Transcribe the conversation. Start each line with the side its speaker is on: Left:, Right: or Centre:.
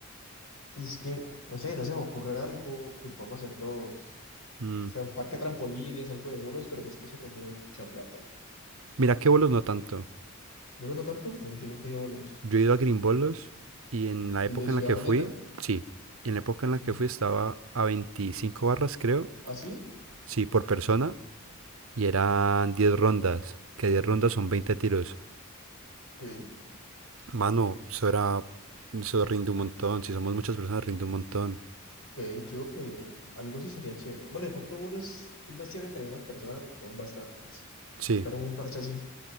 Left: Y es que, no sé, no se me ocurre algo que podamos hacer todos.
Right: Mm,
Left: O sea, un parque de trampolines, algo de bolos, pero pues que eso consume mucha plata.
Right: Mira que bolos no tanto.
Left: ¿Bolos no tanto? No, yo nunca he ido a bolos.
Right: Yo he ido a Grimbolos y en la
Left: El
Right: época
Left: de Ciudad
Right: en la que
Left: Jardín,
Right: fui,
Left: ¿no?
Right: sí, en la época en la
Left: Ujú.
Right: que fui estaba a 25 barras, creo,
Left: ¿Ah, sí?
Right: sí, por persona, y eran 10 rondas, que 10 rondas son 20 tiros.
Left: Ok.
Right: Mano, eso era, eso rinde un montón, si somos muchas personas rinde un montón,
Left: Ok, yo creo que algo así sería chévere. Bueno, de pronto bolos es más chévere entre menos personas porque somos bastantes.
Right: sí.
Left: Buscar un parche así.